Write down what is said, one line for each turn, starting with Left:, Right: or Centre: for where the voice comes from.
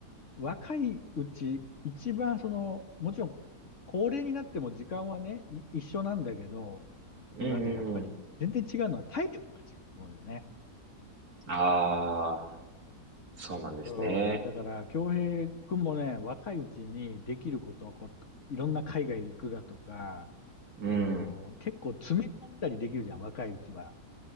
Left: 若いうち、一番その、もちろん、高齢になっても時間はね、い一緒なんだけど、
Right: うんうんうん。
Left: そのなんていうか、やっぱり、全然違うのは体力が違うと思うんだよね。
Right: ああ、そうなんですね。
Left: そう、だから、京平くんもね、若いうちにできることをこう、いろんな海外行くだとか、
Right: うん。
Left: その、結構詰め込んだりできるじゃん、若いうちは。